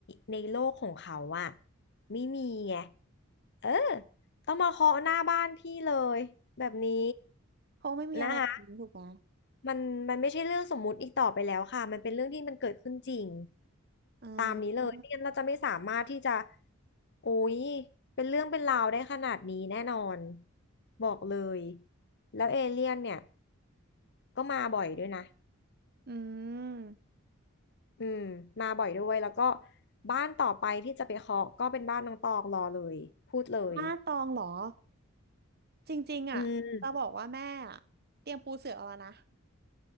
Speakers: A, on the left; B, on the right.
A: ในโลกของเขาอะไม่มีไงเออต้องมาเคาะหน้าบ้านพี่เลยแบบนี้
B: เพราะไม่มีอะไรแบบนี้ถูกไหม
A: นะคะมันมันไม่ใช่เรื่องสมมุติอีกต่อไปแล้วค่ะมันเป็นเรื่องที่มันเกิดขึ้นจริง
B: อ่า
A: นนี้เลยไม่งั้นเราจะไม่สามารถที่จะโอ้ยเป็นเรื่องเป็นราวได้ขนาดนี้แน่นอนบอกเลยแล้วเอเลี่ยนเนี่ยก็มาบ่อยด้วยนะ
B: อืม
A: อืมมาบ่อยด้วยแล้วก็บ้านต่อไปที่จะไปเคาะก็เป็นบ้านน้องตองรอเลยพูดเลย
B: มานตองเหรอจริงๆอ่ะจะบอกว่าแม่อะเตรียมปูเสือเอาแล้วนะ
A: อืม